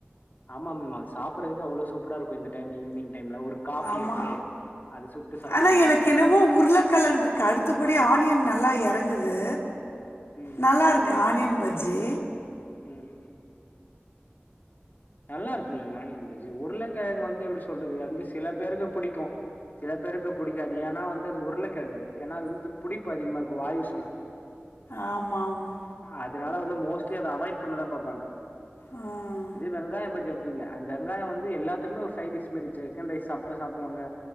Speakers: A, on the left; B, on the left.
A: ஆமாம்மா அது சாப்றதுக்கு அவ்ளோ சூப்பரா இருக்கு இந்த டைம் ஈவினிங் டைம்ல ஒரு காஃபி
B: ஆமா
A: வச்சுட்டு அது சுட்டு சாப்ட்டா
B: ஆனா
A: எப்டி
B: எனக்கு
A: இருக்கு
B: என்னவோ உருளக்கெழங்கு கடுத்தபடி ஆனியன் நல்லா எறங்குது
A: ம்
B: நல்லா இருக்கு ஆனியன் பஜ்ஜி
A: ம் நல்லா இருக்குங்க இந்த ஆனியன் பஜ்ஜி உருளைக்கெழங்கு வந்து எப்டி சொல்றது அது வந்து சில பேருக்கு புடிக்கு சில பேருக்கு புடிக்காது ஏனா வந்து அது உருளக்கெழங்கு என்னா அது வந்து புடிப்பு அதிகமா இருக்கு வாய்வு சொல்ல
B: ஆமா ஆமா
A: அதனால வந்து மோஸ்ட்லி அத அவாய்ட் பண்ணதா பாப்பாங்க
B: ஆமாம்
A: இதே வெங்காய பஜ்ஜி அப்டி இல்ல அது வெங்காய வந்து எல்லாத்துக்குமே ஒரு சைட் டிஷ் மாரி சிக்கன் ரைஸ் சாப்ட்டா சாப்டுவாங்க